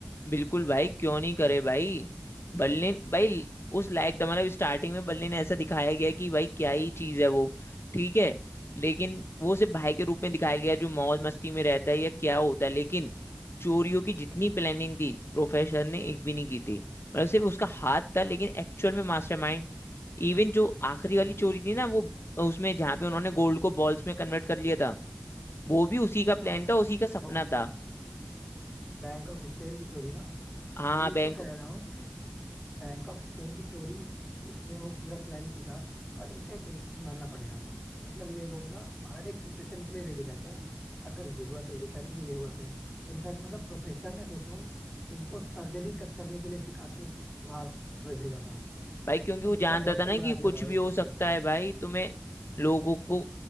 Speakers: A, on the left; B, in the centre.
A: बिल्कुल भाई क्यों नहीं करे भाई बर्लिन भाई उस लायक तो मतलब स्टार्टिंग में बर्लिन ऐसा दिखाया गया कि भाई क्या ही चीज है वो ठीक है लेकिन वो सिर्फ भाई के रूप में दिखाया गया जो मौज मस्ती में रहता है या क्या होता है लेकिन चोरियों की जितनी प्लानिंग थी प्रोफेसर ने एक भी नहीं की थी मतलब सिर्फ उसका हाथ था लेकिन एक्चुअल में मास्टरमाइंड इवन जो
B: नहीं,
A: आखिरी वाली
B: क्योंकि
A: चोरी थी ना वो उसमें जहाँ पे
B: हाँ
A: उन्होंने
B: हाँ
A: गोल्ड को बॉल्स में कन्वर्ट कर लिया था वो भी उसी का
B: हाँ
A: प्लान था उसी का सपना
B: वो
A: था
B: बैंक ऑफ स्पेन की चोरी ना
A: हाँ
B: वही
A: हाँ बैंक
B: तो कह रहा हूँ कि बैंक ऑफ स्पेन की चोरी उसने वो पूरा प्लान किया था और इनफैक्ट एक चीज मानना पड़ेगा मतलब ये लोग ना हर एक सिचुएशन के लिए रेडी रहते हैं अगर ये हुआ तो ये करेंगे ये हुआ तो है इनफैक्ट मतलब प्रोफेसर ने सोचो इनको सर्जरी तक करने के लिए सिखा के वहां पे भेजा था
A: भाई क्योंकि
B: मतलब
A: वो जानता
B: पूरा डॉक्टर
A: था ना कि
B: बना दिया
A: कुछ
B: था भाई
A: भी
B: एक
A: हो
B: तरीके
A: सकता
B: से
A: है भाई तुम्हें लोगों को